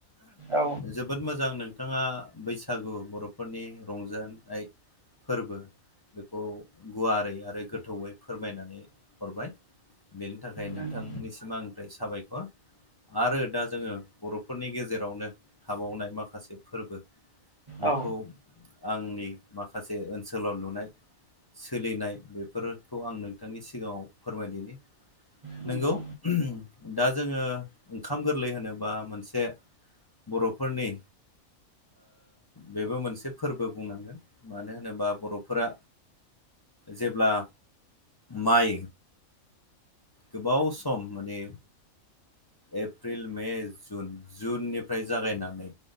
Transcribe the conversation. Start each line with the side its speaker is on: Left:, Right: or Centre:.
Right: औ
Left: जोबोद मोजां नों बिथाङा बैसागु बर'फोरनि रंजानाय फोरबो बेखौ गुवारै आरो गोथौयै फोरमायनानै हरबाय बेनि थाखाय नोंथांनिसिम
Right: नंगौ
Left: आंनिफ्राय साबायखर आरो दा जोङो बर'फोरनि गेजेरावनो थाबावनाय माखासे फोरबो बेखौ
Right: औ
Left: आंनि माखासे ओनसोलाव नुनाय सोलिनाय बेफोरखौ आं नोंथांनि सिगाङाव फोरमायदिनि
Right: नंगौ
Left: नोंगौ दा जोङो ओंखाम गोरलै होनोबा मोनसे बर'फोरनि बेबो मोनसे फोरबो बुंनांगोन मानो होनोबा बर'फोरा जेब्ला माइ गोबाव सम माने एप्रिल मे जुन जुननिफ्राय जागायनानै